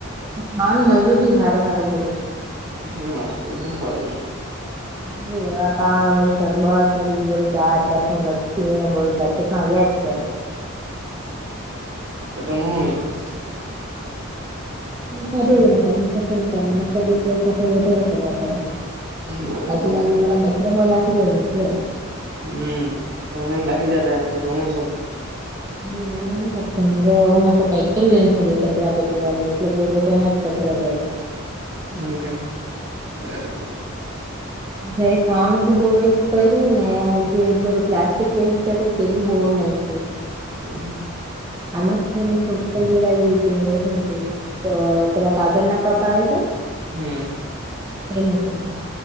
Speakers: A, on the right (about 15°); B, on the right (about 50°).
A: માન મળયુ બી હારું હારું બધું
B: હું વાત કરુ હુ ખવાયુ
A: હ વડાપાઉં સરબત ને બીજું બધું જાત જાતનુ લસ્સી બર્ગર તો મળ્યા જ કરે
B: તમે હૂ આપ્યું
A: બાઢને પણ સફાઈ કરને ત્યારે એટલે સફાઈ વધારે કરવા પડે
B: બરાબર
A: આજુબાજુ વાળા કચરા માં નાખી જાય ને એટલે
B: હમ તો મને રાખી જતાનેન
A: હમ વારે તો ટાઇક્ટર લને ફરી કચરા પેટી વાળી એટલે બો તો એમાં જ કચરો જાય
B: ઓકે બરાબર
A: જ ખાવાનું બી બહુ વેસ્ટ કર્યું ને જે બધું પ્લાસ્ટિક વેસ્ટ કરું તે બી બહી નાખ્યું
B: હમ હમ
A: આમા ક મત ગેડા એ પેલા કાગળ ના કપ આવે છે
B: હમ
A: એમ કે